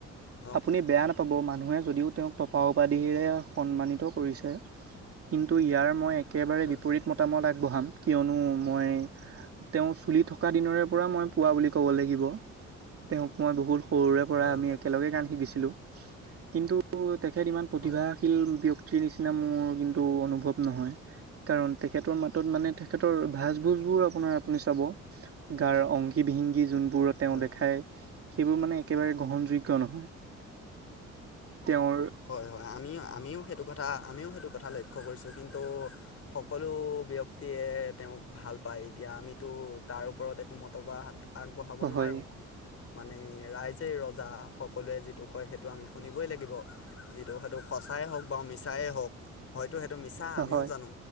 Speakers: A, on the left (about 50°); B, on the right (about 50°).
A: অঁ
B: আপুনি বেয়া নাপাব মানুহে যদিও তেওঁক টপা উপাধিৰে সন্মানিত কৰিছে, কিন্তু ইয়াৰ মই একেবাৰে
A: হয়
B: বিপৰীত
A: হয়
B: মতামত আগবঢ়াম। কিয়নো মই তেওঁ চুলি থকা দিনৰে পৰা মই পোৱা বুলি ক'ব লাগিব।
A: <inaudible>
B: তেওঁক মই বহুত সৰুৰে পৰা
A: হয়
B: আমি
A: হয়
B: একেলগে গান শিকিছিলো। কিন্তু তেখেত ইমান প্ৰতিভাশীল
A: হয়
B: ব্যক্তি ৰ নিচিনা মোৰ কিন্তু অনুভৱ নহয় কাৰন, তেখেতৰ মাতত মানে তেখেতৰ ভাঁজ ভোজ বোৰ আপোনাৰ আপুনি চাব গাৰ অংগী ভংগী যোনবোৰ তেওঁ
A: হয়
B: দেখাই, সেইবোৰ মানে একেবাৰে গ্ৰহণযোগ্য নহয়। তেওঁৰ
A: হয় হয়। আমিও আমিও সেইটো কথা আমিও সেইটো কথা লক্ষ্য কৰিছোঁ কিন্তু সকলো ব্যক্তিয়ে তেওঁক ভাল পায় এতিয়া আমিতো তাৰ ওপৰত একো মতবাহ আগবঢ়াব নোৱাৰো।
B: হয়
A: মানে ৰাইজে ৰজা, সকলোৱে যিটো কয় সেইটো আমি শুনিবই লাগিব। যিটো সেইটো সঁচাই হওঁক বা, মিছাই হওঁক হয়তো সেইটো মিছা আমিও
B: হয়
A: জানো।